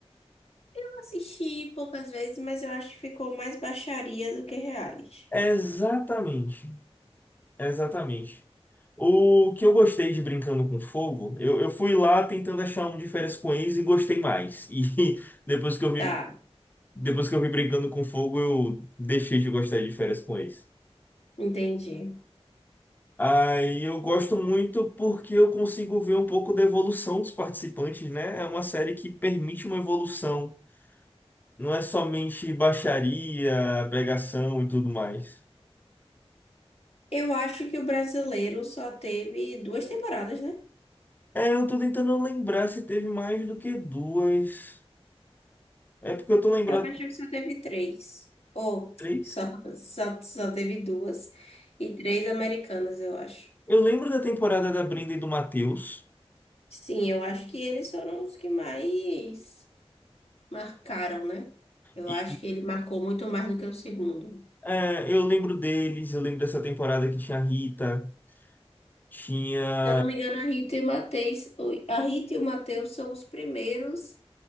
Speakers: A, on the left (about 75°); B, on the left (about 15°).
A: Eu assisti poucas vezes, mas eu acho que ficou mais baixaria do que reality.
B: Exatamente, exatamente. O que eu gostei de Brincando com Fogo, eu, eu fui lá tentando achar um de Férias com Ex e gostei mais. E <laughs> depois que eu vi,
A: Tá,
B: depois que eu vi Brincando com Fogo, eu deixei de gostar de Férias com Ex.
A: entendi.
B: Aí eu gosto muito porque eu consigo ver um pouco da evolução dos participantes, né? É uma série que permite uma evolução Não é somente baixaria, pregação e tudo mais.
A: Eu acho que o brasileiro só teve duas temporadas, né?
B: É, eu tô tentando lembrar se teve mais do que duas. É porque eu tô lembrado
A: Eu acho
B: de
A: que só teve três. Ou
B: três.
A: só, só, só teve duas. E três americanas, eu acho.
B: Eu lembro da temporada da Brenda e do Matheus.
A: Sim, eu acho que eles foram os que mais marcaram, né? Eu
B: E
A: acho que ele marcou muito mais do que o segundo.
B: é, eu lembro deles, eu lembro dessa temporada que tinha a Rita, tinha.
A: Se eu não me engano, a Rita e o Matheus, o- a Rita e o Matheus são os primeiros